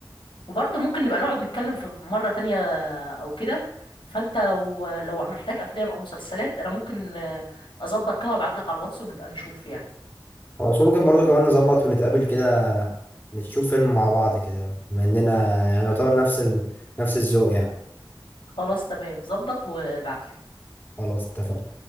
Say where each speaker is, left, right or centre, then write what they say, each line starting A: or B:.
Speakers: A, on the left (about 85°); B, on the left (about 25°).
A: وبرضه ممكن نبقى نقعد نتكلم في في مرة تانية أو كده فأنت لو لو محتاج أفلام أو مسلسلات أنا ممكن آه، أظبط كده وأبعتلك على الواتس ونبقى نشوف يعني
B: خلاص ممكن برضه كمان نظبط ونتقابل كده نشوف فيلم مع بعض كده بما اننا يعني يعتبر نفس ال... نفس الذوق يعني
A: خلاص تمام ظبط وابعتلي
B: خلاص اتفقنا